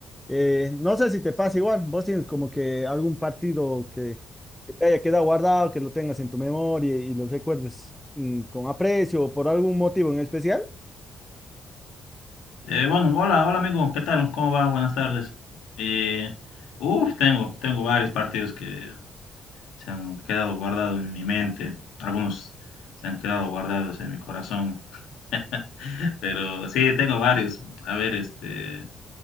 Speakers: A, in the centre; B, on the left.
A: Eh, no sé si te pasa igual, vos tienes como que algún partido que, que te haya quedado guardado, que lo tengas en tu memoria y, y lo recuerdes mm, con aprecio o por algún motivo en especial.
B: Eh, bueno, hola, hola amigo, ¿qué tal? ¿Cómo va? Buenas tardes. Eh, uf, tengo, tengo varios partidos que se han quedado guardados en mi mente, algunos se han quedado guardados en mi corazón, <laughs> pero sí, tengo varios. A ver, este,